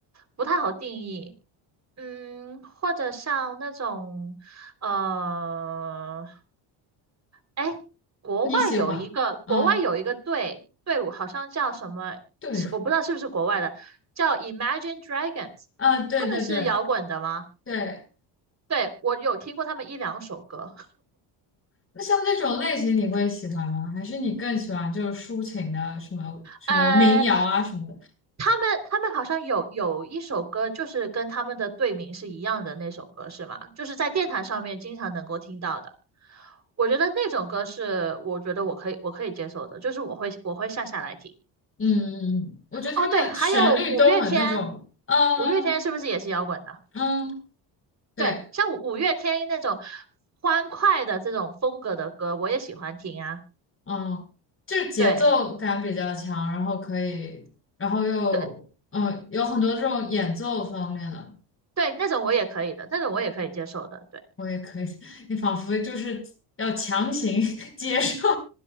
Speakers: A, on the right (about 35°); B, on the left (about 25°).
A: 不太好定义。嗯，或者像那种呃，哎，国外有一个国外有一个队队伍，
B: 你喜欢，嗯。
A: 好像叫什么，
B: 对付，
A: 是我不知道是不是国外的，叫 Imagine Dragons，
B: <laughs> 啊，对对对
A: 他们是摇滚的吗？
B: 对，
A: 对，我有听过他们一两首歌。
B: 那像那种类型你会喜欢吗？还是你更喜欢就是抒情的，什么什么民谣啊什么的？
A: 呃，他们他们好像有有一首歌，就是跟他们的队名是一样的那首歌，是吗？就是在电台上面经常能够听到的。我觉得那种歌是我觉得我可以我可以接受的，就是我会我会下下来听。
B: 嗯，我觉得他们的旋律都很那种，
A: 哦，对，还有五月天，
B: 嗯
A: 五月天是不是也是摇滚的？
B: 嗯，嗯，对，
A: 对，像五五月天那种欢快的这种风格的歌，我也喜欢听啊。
B: 嗯，就是节奏感比较强，
A: 对
B: 然后可以，然后又嗯有很多这种演奏方面的，
A: 对对，那种我也可以的，那种我也可以接受的。对。
B: 我也可以，<laughs> 你仿佛就是要强行 <laughs> 接受，